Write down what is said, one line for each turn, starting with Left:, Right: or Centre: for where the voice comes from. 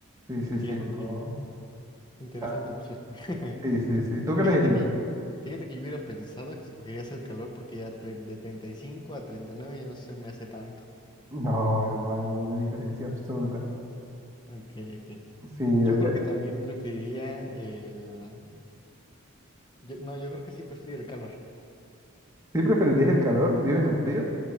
Right: Sí, sí,
Left: Entiendo,
Right: sí.
Left: entiendo.
Right: no.
Left: Interesante
Right: Ah,
Left: opción. <laughs>
Right: Sí, sí, sí. ¿Tú qué elegirías?
Left: Fíjate que, fíjate que yo hubiera pensado que escogerías el calor porque ya tre- de 35 a 39 ya no se me hace tanto.
Right: No, hermano, hay una diferencia absurda.
Left: Ok, ok.
Right: Sí,
Left: Yo
Right: después,
Left: creo que también preferiría el... yo- no, yo creo que sí prefería el calor.
Right: ¿sí preferirías el calor? ¿Vives en frío?